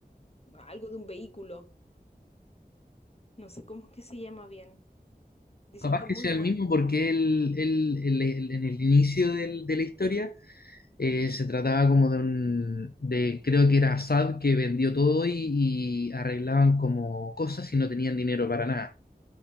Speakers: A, on the left; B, on the left.
A: algo de un vehículo, no sé cómo es que se llama bien, dicen
B: Capaz
A: que es
B: que
A: muy
B: sea
A: bueno,
B: el mismo porque él, él- él- él- en el inicio del- de la historia eh, se trataba como de un, de creo que era Assad que vendió todo y, y arreglaban como cosas y no tenían dinero para nada.